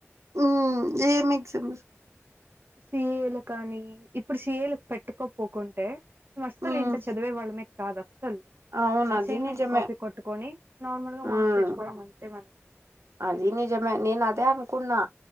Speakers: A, on the right (about 80°); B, on the right (about 50°).
A: ఉం ఏమ్ ఎగ్జామ్స్
B: సిఏలు కానీ ఇప్పుడు సిఏలు పెట్టుకోపోకుంటే మే అస్సలు
A: హ్మ్
B: ఇంత చదివే వాళ్ళమే కాదు అస్సలు
A: అవును
B: అసైన్మెంట్స్
A: అది నిజమే
B: కాపీ కొట్టుకొని నార్మల్ గా
A: హ్మ్
B: మార్క్స్ తెచ్చుకోవడం అంతే మనం
A: అది నిజమే నేను అదే అనుకున్నా